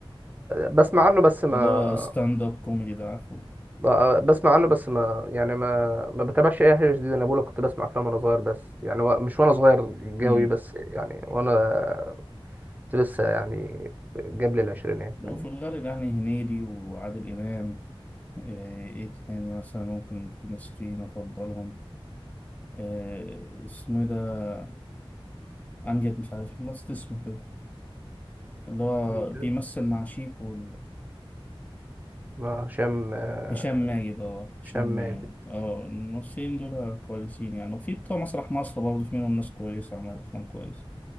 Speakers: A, on the right (about 15°); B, on the left (about 15°).
A: بسمع عنه بس ما
B: اللي هو ستاند اب كوميدي ده عارفه
A: ب- بسمع عنه بس ما يعني ما ما بتابعش اي حاجه جديده انا بقول لك كنت بسمع افلام وانا صغير بس يعني و- مش وانا صغير
B: امم
A: قوي بس يعني وانا كنت لسه يعني قبل العشرينات فاهم
B: وفي الغالب يعني هنيدي وعادل امام آه، ايه تاني مثلا ممكن في المصريين افضلهم آه، اسمه إيه ده امجد مش عارف نسيت اسمه كده اللي هو
A: عم كده.
B: بيمثل مع شيكو
A: اه هشام آه،
B: هشام ماجد اه هشام
A: هشام ماجد
B: ماجد اه الممثلين دول كويسين يعني وفي بتوع مسرح مصر برضه في منهم ناس كويسة عملت أفلام كويسة